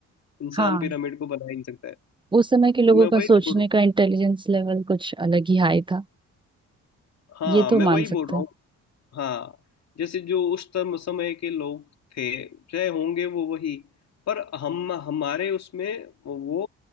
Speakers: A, on the left (about 60°); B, on the right (about 15°).
A: इंसान
B: हाँ
A: पिरामिड को बना ही नहीं सकता है
B: उस समय के लोगों
A: तो मैं वही
B: का सोचने
A: तो बोल रहा हूँ
B: का इंटेलिजेंस लेवल कुछ अलग ही हाई था
A: हाँ
B: ये तो
A: मैं
B: मान
A: वही
B: सकता
A: बोल रहा
B: है
A: हूँ हाँ जैसे जो उस तम- समय के लोग थे चाहे होंगे वो वही पर हम हमारे उसमें वो